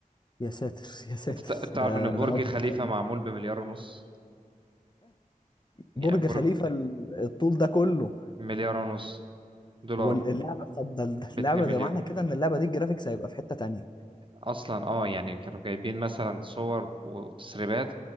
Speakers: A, on the left (about 30°); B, on the right (about 35°).
A: يا ساتر يا ساتر
B: انت تع- تعرف
A: ده
B: ان برج
A: ده مبلغ
B: خليفة
A: يعني
B: معمول بمليار ونص يعني
A: برج
B: برج
A: خليفه ال- الطول ده كله
B: مليار ونص دولار
A: واللعبه طب ده ده
B: ب
A: اللعبه
B: 2 مليار
A: ده معنى كده ان اللعبه دي الجرافيكس هيبقى في حته تانية
B: اصلا اه يعني كانوا جايبين مثلا صور وتسريبات